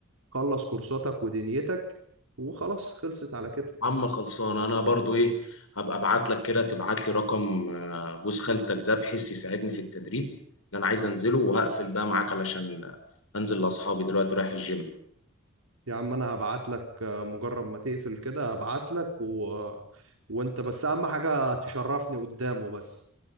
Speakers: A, on the right; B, on the left.
A: خلص كورساتك ودنيتك وخلاص خلصت على كده
B: عم خلصان انا برضو ايه هبقى ابعت لك كده تبعت لي رقم آه، جوز خالتك ده بحيث يساعدني في التدريب اللي انا عايز انزله وهقفل بقى معاك علشان انزل لاصحابي دلوقتي رايح الجيم
A: يا عم انا هبعت لك آه، مجرد ما تقفل كده هبعت لك و... وانت بس اهم حاجة تشرفني قدامه بس